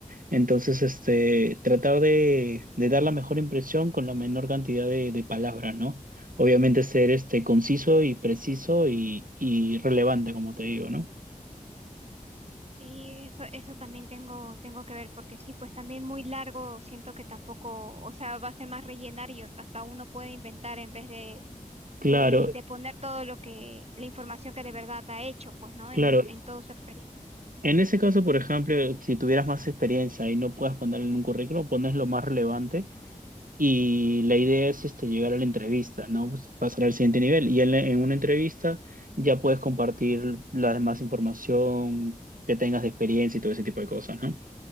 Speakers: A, on the right; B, on the right.
A: Entonces, este, tratar de, de dar la mejor impresión con la menor cantidad de, de palabras, ¿no? Obviamente ser este conciso y preciso y, y relevante, como te digo, ¿no?
B: Sí, eso, eso también tengo, tengo que ver, porque sí, pues también muy largo, siento que tampoco, o sea, va a ser más rellenar y hasta uno puede inventar en vez de, de,
A: Claro,
B: de poner todo lo que, la información que de verdad ha hecho, pues, ¿no? En,
A: claro.
B: en toda su experiencia.
A: En ese caso, por ejemplo, si tuvieras más experiencia y no puedes ponerlo en un currículum, pones lo más relevante y la idea es este, llegar a la entrevista, ¿no? Pues, Pasar al siguiente nivel. Y en, la- en una entrevista ya puedes compartir la demás información que tengas de experiencia y todo ese tipo de cosas, ¿no?